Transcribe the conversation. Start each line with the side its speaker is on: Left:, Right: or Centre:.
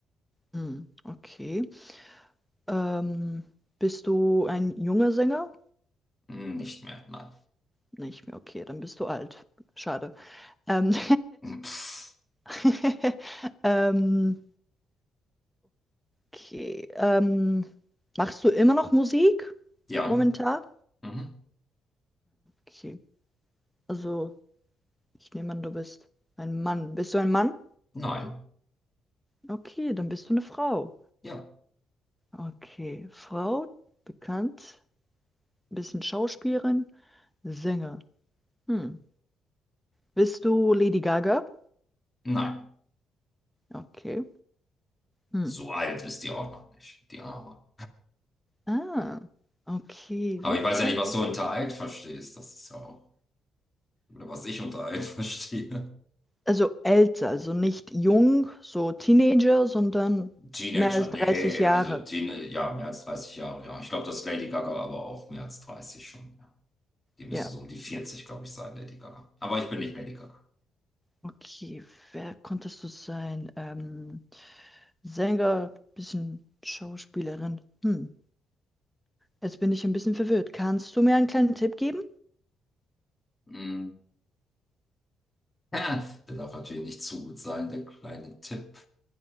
Centre: Hm, okay. Ähm, bist du ein junger Sänger?
Left: Hm, nicht mehr, nein. <laughs>
Centre: Nicht mehr, okay, dann bist du alt. Schade. Ähm,
Left: Hm, Pff.
Centre: <laughs> ähm, okay. Ähm, machst du immer noch Musik
Left: Ja,
Centre: momentan?
Left: mhm.
Centre: Okay. Also, ich nehme an, du bist ein Mann. Bist du ein Mann?
Left: Nein,
Centre: Okay, dann bist du eine Frau.
Left: ja,
Centre: Okay. Frau, bekannt, bisschen Schauspielerin. Sänger. Hm. Bist du Lady Gaga?
Left: nein.
Centre: Okay. Hm.
Left: So alt ist die auch noch nicht, die Arme.
Centre: Ah, okay.
Left: Aber
Centre: Wen
Left: ich weiß
Centre: kennt
Left: ja nicht, was du unter alt verstehst. Das ist ja auch, oder was ich unter alt <laughs> verstehe.
Centre: Also älter, also nicht jung, so Teenager, sondern
Left: Teenager,
Centre: mehr als
Left: nee,
Centre: 30 Jahre.
Left: also Teen, ja, mehr als 30 Jahre, ja. Ich glaube, das ist Lady Gaga aber auch mehr als 30 schon, ja. Die müsste
Centre: Ja.
Left: so um die 40,
Centre: ja.
Left: glaube ich, sein, Lady Gaga. Aber ich bin nicht Lady Gaga.
Centre: Okay, wer konntest du sein? Ähm, Sänger, bisschen Schauspielerin. Hm. Jetzt bin ich ein bisschen verwirrt. Kannst du mir einen kleinen Tipp geben?
Left: Mhm. Ja. Der darf natürlich nicht zu gut sein, der kleine Tipp